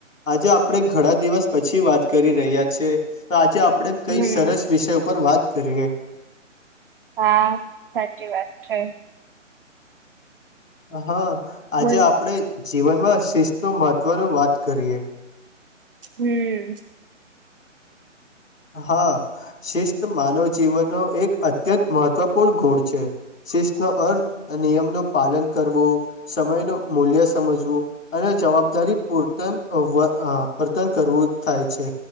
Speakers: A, on the left; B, on the right.
A: આજે આપણે ઘણા દિવસ પછી વાત કરી રહ્યા છે તો આજે આપ આપણે કઈ
B: હમ
A: સરસ વિષય પર વાત કરીએ
B: હા સાચી વાત છે
A: હા આજે
B: બોલ
A: આપણે જીવનમાં શિસ્ નુ મહત્વનું વાત કરીએ
B: હમ
A: હા શિસ્ત માનવ જીવનનો એક અત્યંત મહત્ત્વપૂર્ણ ગોળ છે શિસ્ નો અર્થ નિયમ નું પાલન કરવું સમય નું મૂલ્ય સમજવું અનેક જવાબદારી પૂરતન અવા આવર્તન કરવું થાય છે